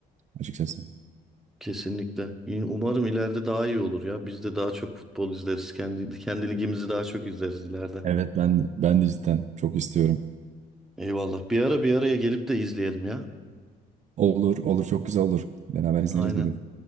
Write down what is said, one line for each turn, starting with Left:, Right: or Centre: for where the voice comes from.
Right: açıkçası.
Centre: Kesinlikle. İyi- Umarım ileride daha iyi olur ya. Biz de daha çok futbol izleriz. Kendi, kendi ligimizi daha çok izleriz ileride.
Right: Evet ben de, ben de cidden çok istiyorum.
Centre: Eyvallah. Bir ara bir araya gelip de izleyelim ya.
Right: Olur olur çok güzel olur. Beraber izleriz
Centre: Aynen.
Right: bir gün.